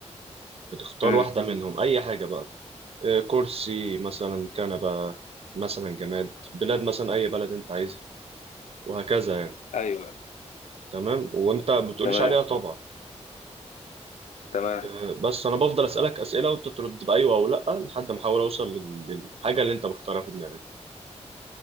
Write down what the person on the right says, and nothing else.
بتختار
واحدة منهم أي حاجة بقى إيه كرسي مثلا كنبة مثلا جماد بلاد مثلا أي بلد أنت عايزها وهكذا يعني
تمام وأنت ما بتقوليش
عليها طبعا
آه، بس انا بفضل اسالك اسئله وانت ترد بايوه او لا لحد ما احاول اوصل لل- للحاجه اللي انت مختارها في دماغك